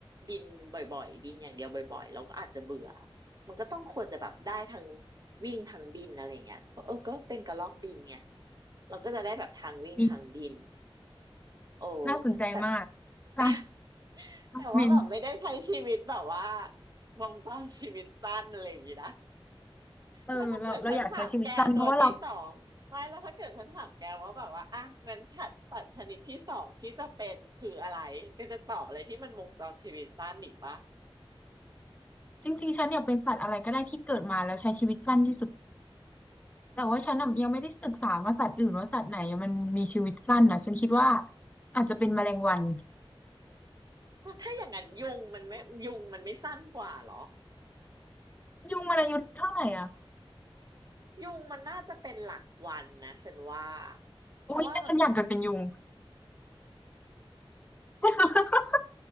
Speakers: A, on the right; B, on the left.
A: บินบ่อยๆบินอย่างเดียวบ่อยๆเราก็อาจจะเบื่อมันก็ต้องควรจะแบบได้ทั้งวิ่งทั้งบินอะไรเงี้ยเออก็เป็นกระรอกบินไงเราก็จะได้แบบทางวิ่งทางบิน
B: <laughs> ดี
A: โอ้
B: น่าสนใจมาก
A: แต่
B: ทั้ง
A: แต่แต่ว่าแบบไม่ได้ใช้ชีวิตแบบว่า
B: บิน
A: วงจรชีวิตสั้นอะไรอย่างงี้นะ
B: เออเราเราอยากใช้ชีวิตสั้นเพราะว่าเรา
A: แล้วถ้าเกิดฉันถามแกตัวที่สองไม่แล้วถ้าเกิดฉันถามแกว่าแบบว่าอ่ะงั้นสัตว์สัตว์ชนิดที่สองที่จะเป็นคืออะไรแกจะตอบอะไรที่มันวงจรชีวิตสั้นอีกปะ
B: จริงๆฉันอยากเป็นสัตว์อะไรก็ได้ที่เกิดมาแล้วใช้ชีวิตสั้นที่สุด แต่ว่าฉันน่ะยังไม่ได้ศึกษาว่าสัตว์อื่นว่าสัตว์ไหนมันมีชีวิตสั้นนะฉันคิดว่าอาจจะเป็นแมลงวัน
A: เพราะถ้าอย่างนั้นยุงมันไม่ยุงมันไม่สั้นกว่าเหรอ
B: ยุงมันอายุเท่าไหร่อ่ะ
A: ยุงมันน่าจะเป็นหลักวันนะฉันว่าเพราะว่าแบบ
B: อุ้ยงั้นฉันอยากเกิดเป็นยุง <laughs>